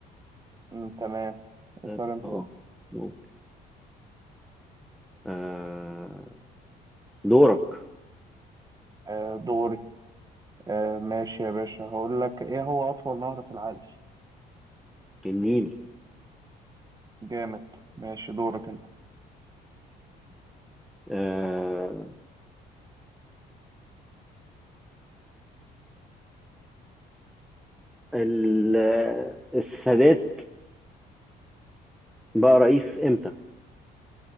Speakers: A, on the right; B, in the centre.
A: أمم، تمام
B: طيب،
A: اسأل أنت
B: اه
A: بقى
B: ممكن آه دورك
A: آه، دوري آه، ماشي يا باشا هقول لك إيه هو أطول نهر في العالم
B: جميل
A: جامد ماشي دورك أنت
B: آه ال- السادات بقى رئيس إمتى؟